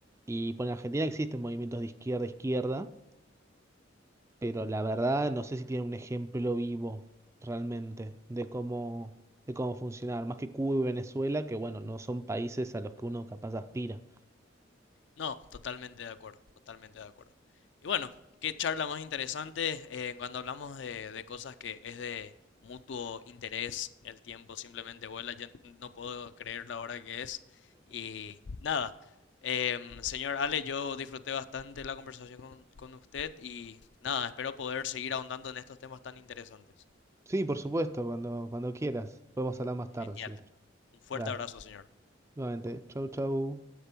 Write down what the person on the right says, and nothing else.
Y bueno, en Argentina existen movimientos de izquierda a izquierda. pero la verdad no sé si tiene un ejemplo vivo realmente de cómo, de cómo funcionar, más que Cuba y Venezuela, que bueno, no son países a los que uno capaz aspira.
Sí, por supuesto, cuando, cuando quieras. Podemos hablar más
tarde si quieres.
Dale.
Nuevamente, chau, chau.